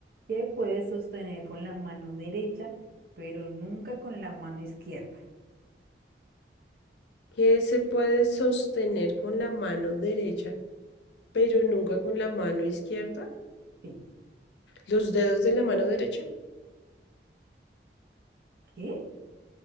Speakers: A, on the right; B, on the left.
A: ¿qué puedes sostener con la mano derecha, pero nunca con la mano izquierda?
B: ¿Qué se puede sostener con la mano derecha? pero nunca con la mano izquierda,
A: Sí.
B: los dedos de la mano derecha.
A: ¿Qué?